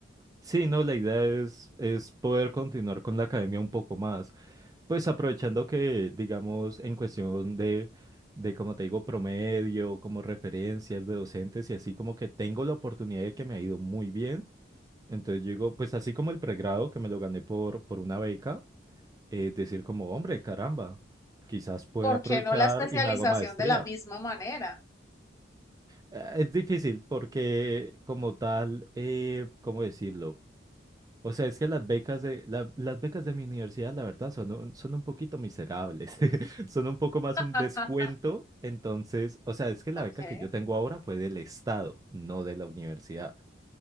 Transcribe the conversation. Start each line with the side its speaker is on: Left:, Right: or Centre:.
Right: Sí, no, la idea es, es poder continuar con la academia un poco más. Pues aprovechando que, digamos, en cuestión de, de, como te digo, promedio, como referencias de docentes y así como que tengo la oportunidad de que me ha ido muy bien. Entonces yo digo, pues así como el pregrado que me lo gané por, por una beca, eh, decir como, hombre, caramba, quizás puedo
Left: ¿Por
Right: aprovechar
Left: qué no la especialización
Right: y me hago maestría.
Left: de la misma manera?
Right: Eh, Es difícil porque como tal, eh, ¿cómo decirlo? O sea, es que las becas de, la- las becas de mi universidad, la verdad, son un, son un poquito miserables. <laughs> Son un poco más un
Left: Ah,
Right: descuento. Entonces, o sea, es que la
Left: ok.
Right: beca que yo tengo ahora fue del Estado, no de la universidad.